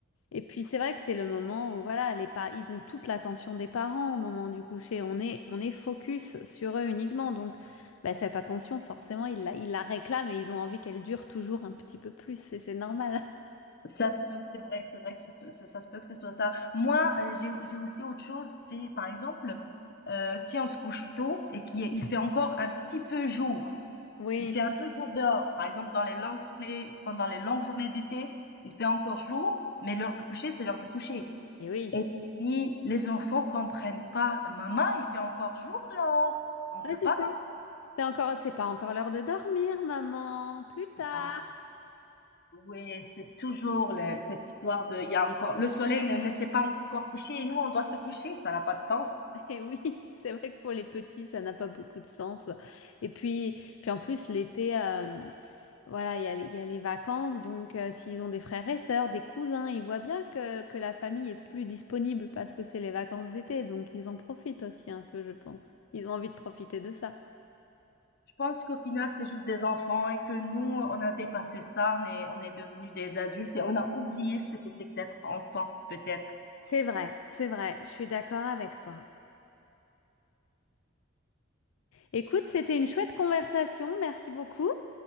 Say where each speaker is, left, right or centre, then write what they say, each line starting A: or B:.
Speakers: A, on the left; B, on the left.
A: Et puis c'est vrai que c'est le moment où voilà, les pa- ils ont toute l'attention des parents au moment du coucher. On est, on est focus sur eux uniquement. Donc bah, cette attention, forcément, ils la, ils la réclament et ils ont envie qu'elle dure toujours un petit peu plus. Et c'est normal. <laughs>
B: Ça se peut, c'est vrai, c'est vrai que ce ce ça se peut que ce soit ça. Moi, heu, j'ai j'ai aussi autre chose, c'est par exemple, heu, si on se couche tôt et qu'il il fait encore un petit peu jour,
A: Oui.
B: il fait un peu jour dehors, par exemple dans les longues journées pendant les longues journées d'été, il fait encore jour, mais l'heure du coucher, c'est l'heure du coucher
A: Et oui.
B: et puis les enfants comprennent pas: «Maman, il fait encore jour dehors, on peut
A: Ouais, c'est
B: pas
A: ça. C'était encore, c'est pas encore l'heure de dormir, maman. Plus tard.
B: C'est pas encore. Oui, c'est toujours le- cette histoire de, il y a encore, le soleil ne, ne s'est pas encore couché et nous, on doit se coucher. Ça n'a pas de sens.
A: Et oui, <laughs> c'est vrai que pour les petits, ça n'a pas beaucoup de sens. Et puis, puis en plus, l'été, euh, voilà, il y a les, il y a les vacances. Donc, euh, s'ils ont des frères et sœurs, des cousins, ils voient bien que, que la famille est plus disponible parce que c'est les vacances d'été. Donc, ils en profitent aussi un peu, je pense. Ils ont envie de profiter de ça.
B: Je pense qu'au final, c'est juste des enfants et que nous, on a dépassé ça. On est, on est devenus des adultes et on a oublié ce que c'était que d'être enfant, peut-être.
A: C'est vrai, c'est vrai, je suis d'accord avec toi. Écoute, c'était une chouette conversation. Merci beaucoup.